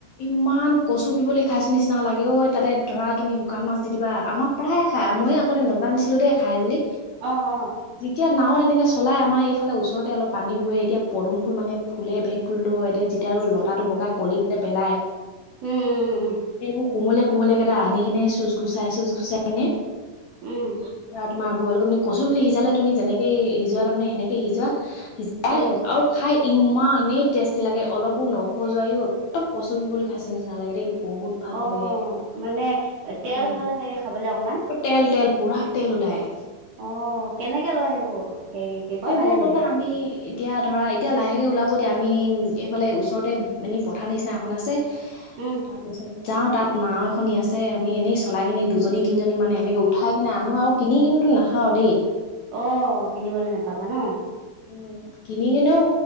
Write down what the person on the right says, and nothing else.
অ অ
উম উম উম
উম
উম
অ
মানে
তেল হয় চাগে খাবলে অকমান
অ কেনেকে লয় সেইবোৰ? হেৰি কি কয়
মানে
উম
অ কিনিবলে নেপাবা ন।